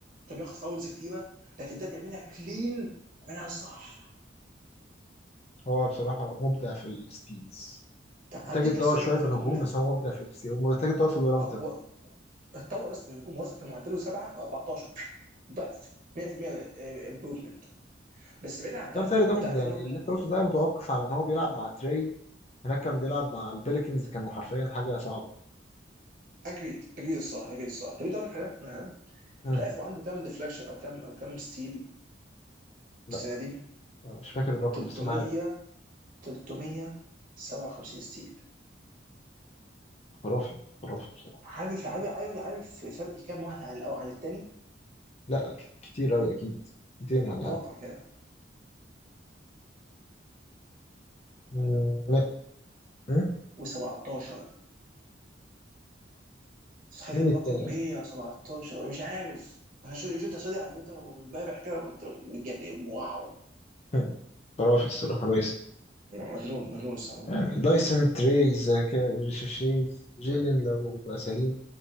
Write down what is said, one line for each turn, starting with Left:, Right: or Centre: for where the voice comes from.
Right: كان بياخد فاولز كتيره لكن ده بيعملها كلين بيعملها صح
Left: هو بصراحة مبدع في الستيتس
Right: طب
Left: محتاج
Right: اديك
Left: يتطور
Right: احصائيه
Left: شوية
Right: مجنونه
Left: في الهجوم بس هو مبدع في الستيتس ومحتاج يتطور في البارامتر
Right: اه هو
Left: برضه
Right: اتطور بس في الهجوم وصل كان معدله 7 ب 14 ضعف 100% امبروفمنت بس بعيد عن ده
Left: ده بيتهيألي ده
Right: انت عارف
Left: ده يعني
Right: انه
Left: اللي انت قلته ده متوقف على ان هو بيلعب مع تري هناك كان بيلعب مع البليكنز كانوا حرفيا حاجة صعبة
Right: اجريد اجريد الصراحه اجريد الصراحه طب انت اقول لك حاجه أقول لك حاجة.
Left: أه.
Right: انت عارف هو عنده كام ديفلكشن او كام او كام ستيل
Left: لا
Right: السنه دي
Left: أنا مش فاكر الرقم
Right: 300
Left: بس انا عارف
Right: 357 ستيل
Left: خرافي خرافي بصراحة
Right: عارف عارف عارف عارف فرق كام واحد عن الاول عن التاني
Left: لا ك- كتير قوي اكيد 200 ولا
Right: توقع
Left: حاجة
Right: كده
Left: مم، لا
Right: 117
Left: أه؟
Right: تخيل
Left: مين
Right: الرقم
Left: التاني
Right: 117
Left: أصلاً؟
Right: مش عارف انا شو- شفت الأسئلة دي على تويتر وامبارح كده كنت متجنن واو
Left: <laughs> أه. خرافي الصراحة ريس
Right: مجنون مجنون الصراحة مجنون
Left: يعني
Right: قوي
Left: دايسون تريز ريشيشي جيلين لو بقى سليم